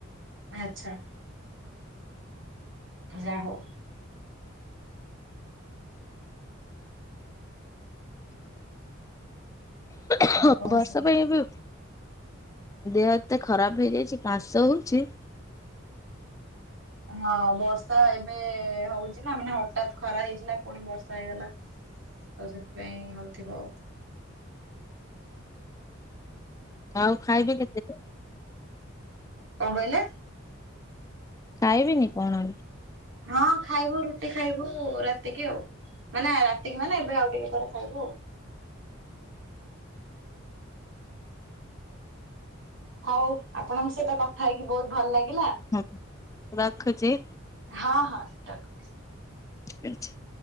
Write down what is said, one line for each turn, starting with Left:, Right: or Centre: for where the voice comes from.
Right: ଆଚ୍ଛା। ଯା ହଉ।
Left: ହଁ
Right: ଆଉ କଣ
Left: ବର୍ଷା
Right: ସବୁ?
Left: ପାଇଁ ଏବେ ଦେହ ଏତେ ଖରାପ ହେଇଯାଇଛି କାଶ ହଉଛି।
Right: ହଁ ବର୍ଷା ଏବେ ହଉଛି ନା ମାନେ ହଠାତ୍ ଖରା ହେଇଥିଲା ପୁଣି ବର୍ଷା ହେଇଗଲା। ତ ସେଥିପାଇଁ ହଉଥିବ।
Left: ଆଉ ଖାଇବେ କେତେ <inaudible>
Right: କଣ କହିଲେ?
Left: ଖାଇବେନି କଣ?
Right: ହଁ ଖାଇବୁ ରୁଟି ଖାଇବୁ ରାତିକି ଆଉ। ମାନେ ରାତିକି ମାନେ ଏବେ ଆଉ ଟିକେ ପରେ ଖାଇବୁ ଆଉ। ହଉ ଆପଣଙ୍କ ସହିତ କଥା ହେଇକି ବହୁତ ଭଲ ଲାଗିଲା।
Left: ହୁ ରଖୁଛି।
Right: ହଁ ହଁ ରଖ।
Left: <inaudible>